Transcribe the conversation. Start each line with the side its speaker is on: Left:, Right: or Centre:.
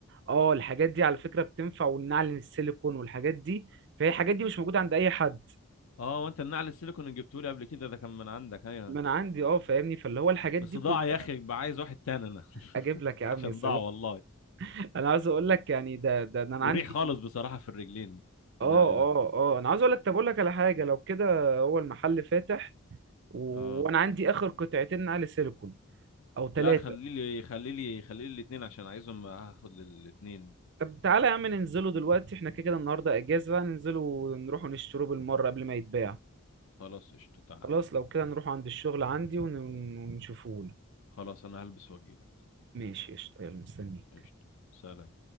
Right: اه الحاجات دي على فكرة بتنفع والنعل السيليكون والحاجات دي فهي الحاجات دي مش موجودة عند اي حد
Left: اه وانت النعل السيليكون اللي جبته لي قبل كده ده كان من عندك ايوه
Right: ما انا عندي اه فاهمني فاللي هو الحاجات
Left: بس
Right: دي كلها
Left: ضاع يا اخي يبقى عايز واحد تاني انا
Right: اجيب
Left: <laughs>
Right: لك يا عم
Left: عشان
Right: يا سلام
Left: ضاع والله
Right: <laughs> انا عاوز اقول لك يعني ده ده ده انا
Left: مريح
Right: عندي
Left: خالص بصراحه في الرجلين
Right: اه
Left: النعل ده
Right: اه اه انا عاوز اقول لك طب اقول لك على حاجة لو كده هو المحل فاتح و...
Left: اه
Right: وانا عندي اخر قطعتين نعل سيليكون او ثلاثة
Left: لا خلي لي خلي لي خلي لي الاثنين عشان عايزهم هاخد الاثنين
Right: طب تعالى يا عم ننزله دلوقتي احنا كده كده النهارده اجازه بقى ننزله ونروح نشتروه بالمره قبل ما يتباع
Left: خلاص قشطه تعال
Right: خلاص لو كده نروح عند الشغل عندي ون- ونشوفه
Left: خلاص انا هلبس واجيلك
Right: ماشي قشطه يلا مستنيك
Left: قشطه سلام